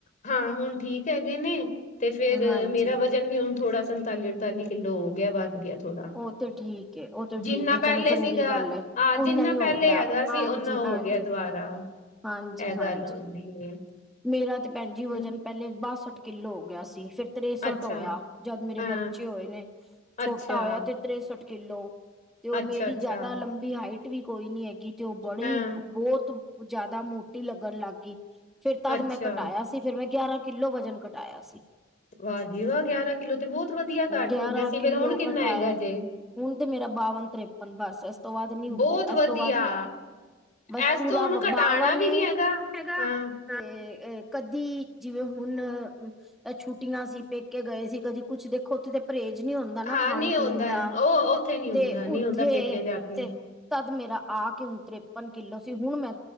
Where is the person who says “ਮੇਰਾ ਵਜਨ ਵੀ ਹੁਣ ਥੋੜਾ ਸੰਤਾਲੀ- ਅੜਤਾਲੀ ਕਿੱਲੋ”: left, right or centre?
Left